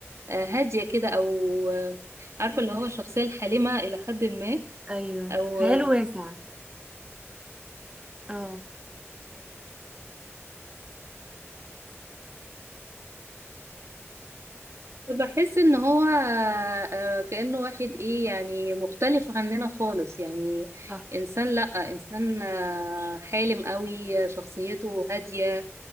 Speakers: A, on the right (about 75°); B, on the right (about 20°).
A: آه، هاديه كده او آه، عارفه اللي هو الشخصيه الحالمه الى حد ما
B: ايوه
A: او
B: خياله واسع اه
A: بحس ان هو آه، كأنه واحد ايه يعني مختلف عننا خالص يعني
B: اه
A: انسان لا انسان آه، حالم قوي آه، شخصيته هادية